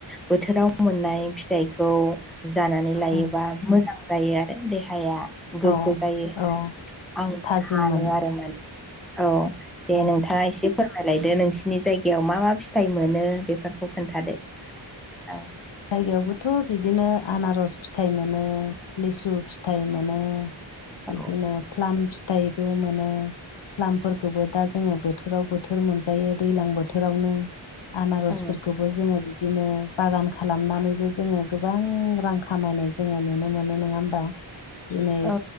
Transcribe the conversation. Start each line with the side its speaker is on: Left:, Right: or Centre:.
Centre: बोथोराव मोननाय फिथाइखौ जानानै लायोबा
Left: औ
Centre: मोजां जायो आरो देहाया गोग्गो
Left: औ
Centre: जायो
Left: औ
Centre: आं
Left: थाजिम
Centre: सानो
Left: मोनो
Centre: आरो मा औ दे
Left: औ
Centre: नोंथाङा एसे फोरमायलायदो नोंसिनि जायगायाव मा मा फिथाइ मोनो बेफोरखौ खोन्थादो औ
Left: जगायावबोथ' बिदिनो आनारस फिथाइ मोनो लिसु फिथाइ मोनो।
Centre: औ
Left: बिदिनो फ्लाम फिथाइबो मोनो फ्लामफोरखौबो दा जोङो बोथोराव बोथोर मोनजायो दैज्लां बोथोरावनो आनारसफोरखौबो
Centre: औ
Left: जोङो बिदिनो बागान खालामनानैबो जोङो गोबां रां खामायनाय जोङो नुनो मोनो नङा होमबा दिनै
Centre: औ